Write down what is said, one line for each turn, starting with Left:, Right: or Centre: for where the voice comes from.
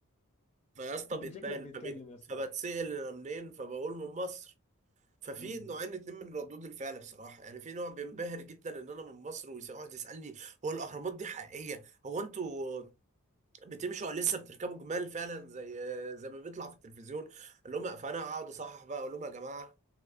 Right: فيا اسطى
Left: يمكن
Right: بيتبان
Left: شكلك بيتكلم
Right: فبيت...
Left: يا اسطى
Right: فبتسال انا منين فبقول من مصر ففي
Left: امم
Right: نوعين اتنين من ردود الفعل بصراحه يعني في نوع بينبهر جدا ان انا من مصر ويقعد يسالني هو الاهرامات دي حقيقيه هو انتوا بتمشوا ولا لسه بتركبوا جمال فعلا زي زي ما بيطلع في التلفزيون اقول لهم فانا اقعد اصحح بقى اقول لهم يا جماعه